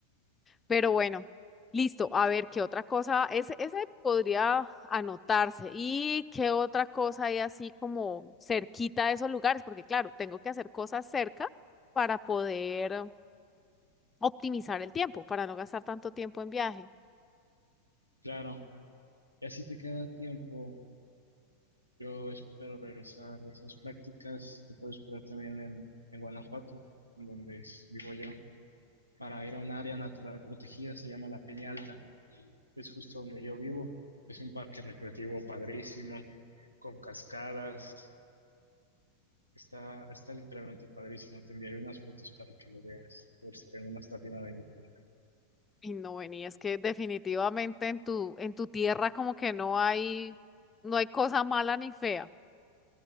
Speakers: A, on the left; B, on the right.
A: Pero bueno, listo. A ver, ¿qué otra cosa? Ese, ese podría anotarse. ¿Y qué otra cosa hay así como cerquita de esos lugares? Porque claro, tengo que hacer cosas cerca para poder optimizar el tiempo, para no gastar tanto tiempo en viaje.
B: Claro, y así te queda tiempo. Yo espero regresar a esas prácticas. Te puedo esperar también en, en Guanajuato, en donde es- vivo yo, para ir a un área natural protegida, se llama la Peña Alta. que es justo donde yo vivo. Es un parque recreativo padrísimo, con cascadas. Está, está literalmente padrísimo. Te enviaré unas fotos para que lo veas. A ver si tengo una estación a venir por acá.
A: Y no, ven, y es que definitivamente en tu, en tu tierra como que no hay, no hay cosa mala ni fea.